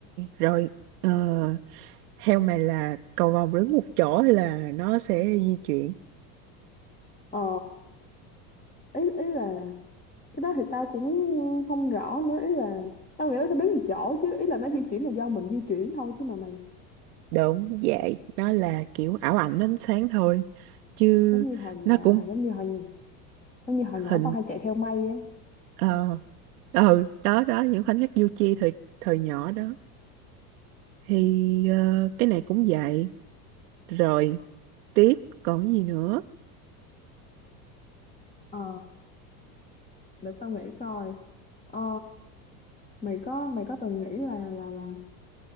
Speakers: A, on the right (about 75°); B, on the left (about 15°).
A: Rồi, ờ, theo mày là cầu vồng đứng một chỗ hay là nó sẽ di chuyển?
B: ờ ý ý là cái đó thì tao cũng không rõ nữa ý là tao nghĩ nó sẽ biến một chỗ chứ ý là nó di chuyển là do mình di chuyển thôi chứ mà mày
A: Đúng vậy, nó là kiểu ảo ảnh ánh sáng thôi. Chứ
B: giống như hồi nhà,
A: nó cũng
B: giống như hồi giống như hồi nhỏ
A: hình...
B: tao hay chạy theo mây á
A: Ờ, ừ, đó, đó, những khoảnh khắc du chi thời, thời nhỏ đó. thì ờ, cái này cũng vậy rồi tiếp còn cái gì nữa
B: ờ, để tao nghĩ coi ờ, mày có mày có từng nghĩ là là là